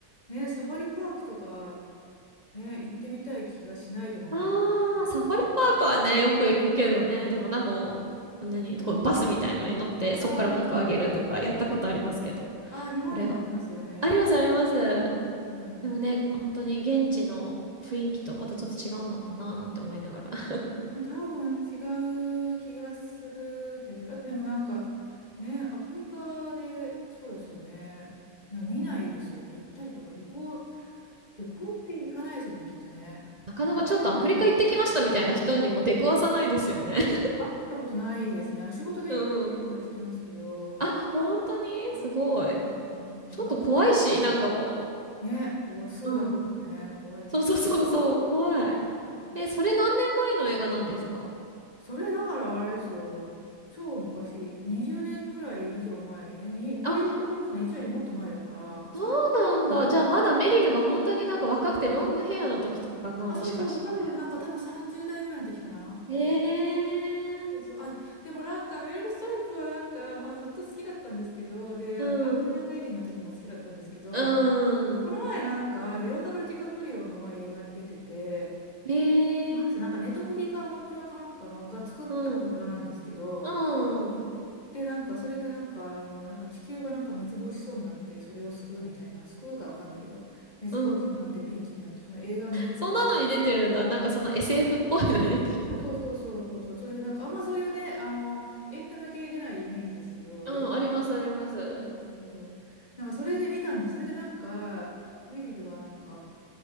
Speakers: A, on the left; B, on the right.
A: ねサファリパークとか、ね行ってみたい気がしないでもないですけど、
B: ああ、
A: アフリカに。
B: サファリパークはね、よく行くけどね。でもなんかもう、何、こうバスみたいのに乗って、そっからお肉あげるとか、
A: ああ、
B: やったことありますけど。
A: うんうん。ああ、日本にもありますよね。
B: これ、あります、あります。
A: うん、うん
B: でもね、本当に現地の雰囲気とまたちょっと違うのかな、なんて思いながら。<laughs>
A: まあ、多分違う気がするんですよ。あとでもなんかね、アフリカでそうですよね。な見ないですよね。行ったりとか旅行、旅行って行かないですよね、きっとね。
B: なかなかちょっとアフリカ行ってきましたみたいな人にも出くわさないですよね。<laughs>
A: 会ったことないですね。あの仕事で行ってるって人は知ってますけど、
B: うん。あ、本当にすごい。
A: プライベートでなかなかなんか
B: ちょっと怖いし、なんかも
A: ね、こう、スーダンとかね、
B: う。うん。
A: 怖いですよ
B: そうそうそうそう、怖い。
A: ね。
B: え、それ何年前の映画なんですか
A: それだからあれですよ。超昔、20年ぐらい以上前、ねにブリジット・
B: あ、
A: ジョーンズの1よりもっと前だから、
B: そうなんだ。
A: 30年ぐらい
B: じゃあまだメリルが本当になんか若くてロングヘアの時とかかな、
A: あ、
B: もしかして。
A: そうそうそう、多分なんか多分30代ぐらいの時かな。
B: ええー、
A: そうそう。あ、でもなんかメルル・ストリップはなんか、まあずっと好きだったんですけど、で、
B: うん、
A: あの、アイアンレディの時も好きだったんですけど、
B: うん、
A: この前なんか、レオナルド・ディカプリオの映画に出てて、
B: ええー、
A: なんつうなんかネットフリかアマプラかなんかのが作った映画なんですけど、
B: うん、うん、
A: で、なんかそれでなんか、あの、なんか地球がなんか滅亡しそうになって、それを救うみたいな、救うかわかんないけど、滅亡しそうになってピンチになるって、
B: うん。
A: その映画に出てて、
B: そんなのに出てるんだ。なんかその SF っぽいのに出てるんだ。
A: そうそうそうそうそうそう、そういうなんかあんまそういうね、あの、エンタメ系出ないイメージですけど、
B: うん、
A: 意外と、
B: あります、あります。
A: そうそうそうそう。なんかそれで見たんで、それでなんか、メリルがなんか